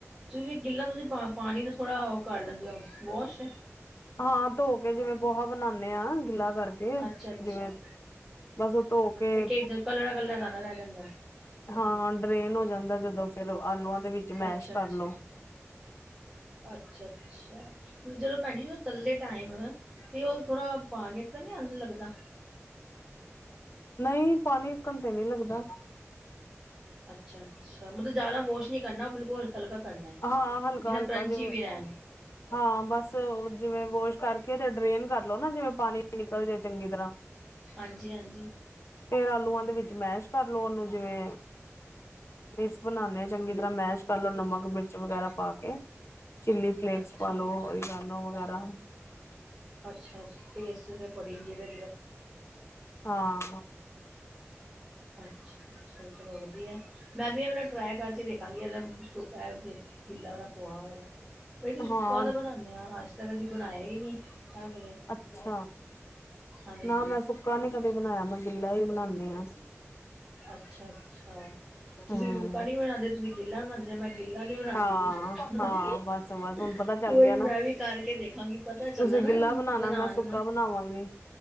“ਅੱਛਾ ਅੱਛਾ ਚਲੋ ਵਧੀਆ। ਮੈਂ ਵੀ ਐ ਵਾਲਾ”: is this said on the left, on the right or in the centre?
Centre